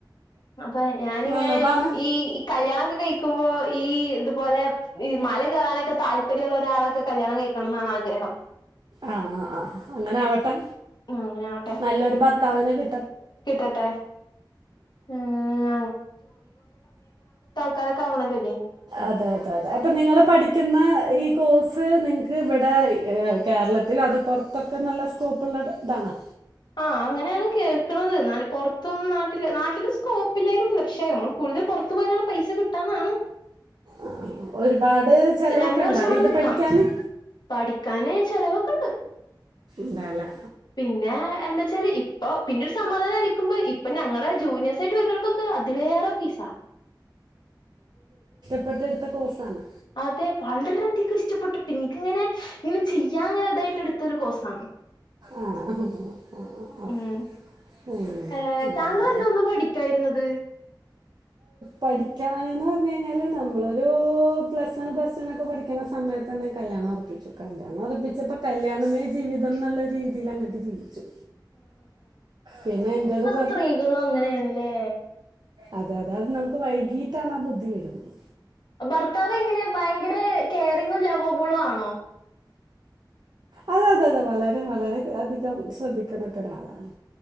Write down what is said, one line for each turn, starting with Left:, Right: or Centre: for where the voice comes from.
Left: അപ്പ ഞാനിങ്ങനെ
Right: നല്ലതാണ്
Left: ഈ കല്യാണൊക്കെ കഴിക്കുമ്പോ ഈ ത് അതുപോലെ ഈ മല കേറാനൊക്കെ താല്പര്യള്ള ഒരാളൊക്കെ കല്യാണം കഴിക്കണന്നാണാഗ്രഹം.
Right: ആ ആ. അങ്ങനാവട്ടെ
Left: അങ്ങനെ ആവട്ടെ
Right: നല്ലൊരു ഭത്താവിനെ കി
Left: കിട്ടട്ടെ ഏഹ് കണക്കാവണല്ലൊൽ
Right: അതെ അതെ അതെ അപ്പ നിങ്ങള് പഠിക്ക്‌ന്ന ഈ കോഴ്സ് നിങ്‌ക്ക് വടെ കേരളത്തിൽ അത് പൊർത്തൊക്കെ നല്ല സ്കോപ്പുള്ളതാണാ
Left: ആ അങ്ങനേണ് കേക്ക്‌ണത്. നല്ല പൊർത്തും നാട്ടില് നാട്ടില് സ്കോപ്പില്ലായിട്ടൊന്നുല്ല പക്ഷെ നമ്മള് കൂടുതൽ പൊർത്ത് പോയാലാണ് പൈസ കിട്ടാനാണ്.
Right: ആ ഒര്പാട് ചെലവൊക്കെണ്ടാ
Left: രണ്ട് വർഷം ഇവിടെ
Right: ഇത്
Left: നിക്കണം
Right: പഠിക്കാന്
Left: പഠിക്കാന് ചെലവൊക്കെണ്ട്
Right: ണ്ടാലെ
Left: പിന്നെ എന്താച്ചാല് ഇപ്പൊ പിന്നെര് സമാധാനാരിക്കും ക്കുമ്പ ഇപ്പ ഞങ്ങടെ ജൂനിയേഴസായിറ്റ് വര്നോൽക്കൊക്കെ അതിലേറെ ഫീസാ
Right: ഇപ്പോഴത്തെടുത്ത കോഴ്സ്സാണ്.
Left: അതെ വളരെയധികം ഇഷ്ടപ്പെട്ടിട്ട് ഇൻക്ക്ങ്ങനെ ഇങ്ങനെ ചെയ്യാങ്ങനെ ഇതായിട്ട് എട്ത്തെര് കോഴ്സാണ്.
Right: ആ ആ, ആ, ആ.
Left: മ്
Right: ഉം,
Left: ഏ
Right: ഉം.
Left: താങ്കൾ എന്താ ഒന്നും പഠിക്കാര്ന്നത്
Right: പഠിക്കാന് ന്ന് പറഞ് കഴിഞ്ഞാല് നമ്മളൊരു പ്ലസ് വൺ പ്ലറ്റൂ നൊക്കെ പഠിക്ക്‌ന്ന സമയത്തെന്നെ കല്യാണൊർപ്പിച്ചു കല്യാണൊർപ്പി ച്ചപ്പോ കല്യാണമേ ജീവിതം ന്ന്ള്ള രീതീലങ്ങട്ട് ജീവിച്ചു. പിന്നെ എന്റതും
Left: സ്ത്രീകളുങ്ങനേണ്ലെ
Right: അതെ അതെ നമുക്ക് വൈകീറ്റാണാ ബുദ്ധിവരോള്ളു.
Left: ഭർത്താവ് എങ്ങനെ ഭയങ്കര കെയറിങ്ങും ലൗവബ്ളു ആണോ
Right: അതെ അതെ അതെ വളരെ വളരെ അധികം ശ്രദ്ധിക്ക്‌ന്നെക്കൊരാളാണ്.